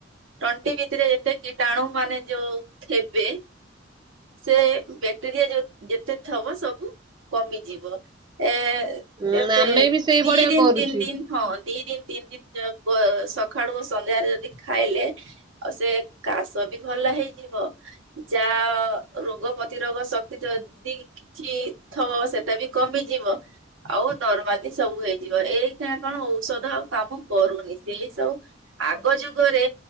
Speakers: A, on the right (about 75°); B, on the right (about 20°).
A: ତଣ୍ଟି ଭିତରେ ଯେତେ କିଟାଣୁ ମାନେ ଯୋଉ ଥେବେ ସେ ବ୍ୟାକ୍ଟେରିଆ ଯେ ଯେତେ ଥବ ସବୁ କମିଯିବ ଏ
B: ଉଁ
A: କେତେ
B: ଆମେ ବି ସେଇଭଳିଆ
A: ଦି ଦିନ୍
B: କରୁଛୁ।
A: ତିନ୍ ଦିନ୍ ହଁ ଦି ଦିନ୍ ତିନି ଦିନ ସକାଳୁ ସନ୍ଧ୍ୟାରେ ଯଦି ଖାଇଲେ ଆଉ ସେ କାଶ ବି ଭଲ ହେଇଯିବ। ଯା ରୋଗ ପ୍ରତିରୋଗ ଶକ୍ତି ଯଦି କିଛି ଥବ ସେଟା ବି କମିଯିବ। ଆଉ ନର୍ମାଲୀ ସବୁ ହେଇଯିବ ଏଇ ଟା କଣ ଔଷଧ ଆଉ କାମ କରୁନି ସେଇ ସବୁ ଆଗ ଯୁଗରେ